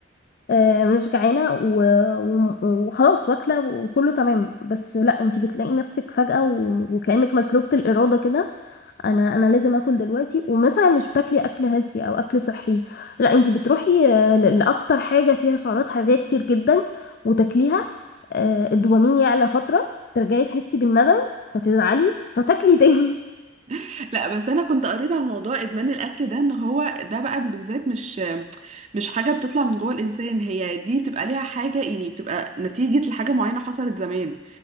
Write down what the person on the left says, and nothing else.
آه، مش جعانة و- و- وخلاص واكلة وكله تمام بس لا انتي بتلاقي نفسك فجأة و- وكأنك مسلوبة الإرادة كده انا انا لازم اكل دلوقتي ومثلا مش بتاكلي اكل هزي او اكل صحي لا انتي بتروحي آه، ل- لأكتر حاجة فيها سعرات حرارية كتير جدا وتاكليها آه، الدوبامين يعلى فترة ترجعي تحسي بالندم فتزعلي فتاكلي تاني <laughs>